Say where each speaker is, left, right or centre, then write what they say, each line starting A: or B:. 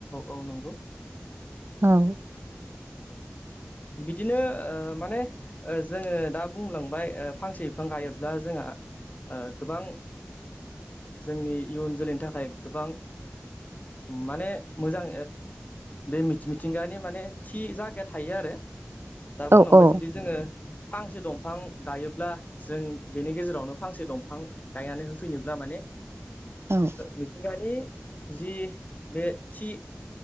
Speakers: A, on the left; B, on the right.
A: औ नंगौ
B: औ
A: बिदिनो माने जोंङो दा बुंलांबाय फांसे बिफां गायोब्ला जोंहा गोबां जोंनि इयुन जोलैनि थाखाय गोबां माने मोजां बे मिथि-मिथिंगानि माने थि जायगाया थायो आरो। दा बुंलांबाय
B: औ औ
A: जुदि जोंङो फांसे दंफां गायोब्ला जों बेनि गेजेरावनो फांसे दंफां गायनानै होफैनोब्ला माने
B: औ
A: मिथिंगानि जि बे थि